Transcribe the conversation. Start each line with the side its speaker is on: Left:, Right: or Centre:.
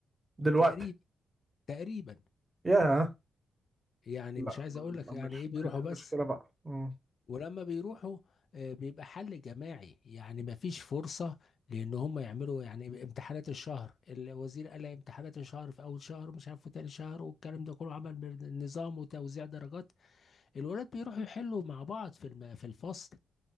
Right: دلوقتي
Left: تقريبا تقريبا
Right: ياه
Left: يعني
Right: لا
Left: مش عايز
Right: م-
Left: اقول لك يعني
Right: مش ما
Left: ايه بيروحوا
Right: هي دي المشكلة
Left: بس
Right: بقى مم.
Left: ولما بيروحوا آه، بيبقى حل جماعي يعني ما فيش فرصة لان هم يعملوا يعني امتحانات الشهر الوزير قال لك امتحانات الشهر في اول شهر مش عارف في تاني شهر والكلام ده كله عمل من- نظام وتوزيع درجات الولاد بيروحوا يحلوا مع بعض في الم... في الفصل